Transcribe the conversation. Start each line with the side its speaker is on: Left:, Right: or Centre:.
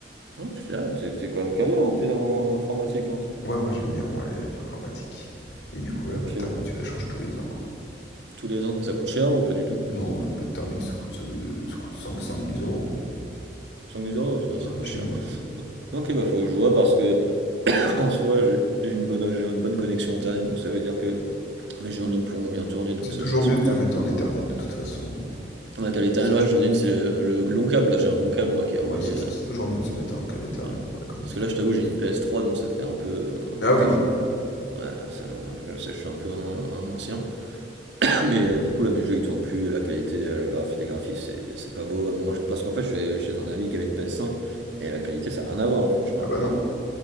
Right: Ouais, tu t'es ah, t'es- t'es quand même calé en, P- en informatique, hein, toi.
Left: Ouais, moi j'aime bien moi les- l'informatique. Et du coup,
Right: Ok,
Left: la pâte thermique, tu la changes tous les ans, quoi.
Right: tous les ans. Et ça coûte cher ou pas du tout?
Left: Non, une pâte thermique, ça coûte, euh, ça coûte 5-10 euros.
Right: 5 euros, ça, c'est
Left: Un
Right: pas
Left: tube,
Right: cher.
Left: ouais.
Right: Ok, bah faut que je vois parce que <coughs> <clears throat> en soi j'ai j'ai une bonne j'ai une bonne connexion internet donc ça veut dire que mes jeux en ligne pourront bien tourner donc
Left: C'est
Right: ça
Left: toujours
Right: c'est superbe.
Left: mieux de se mettre en Ethernet de toute façon.
Right: La qualité
Left: Si
Right: internet, ouais, j'en ai une c'est le, le long câble là j'ai un long câble moi qui est
Left: Ouais,
Right: relié
Left: c'est ça, c'est toujours mieux de se mettre en câble Ethernet
Right: Ouais.
Left: pour la connexion.
Right: Parce que là, je t'avoue, j'ai une PS3, donc ça fait un peu, un peu
Left: Ah
Right: tâche,
Left: oui,
Right: quoi. Ouais, ça, je sais, je suis un peu un, un ancien. <coughs> <laughs> Mais euh, du coup, là, mes jeux, ils tournent plus. La qualité, euh, le graphi- les graphismes, c'est c'est pas beau. À un moment, je- parce qu'en fait, je suis allé chez un ami qui avait une PS5, et la qualité, ça a rien à voir, hein, franchement.
Left: ah bah non,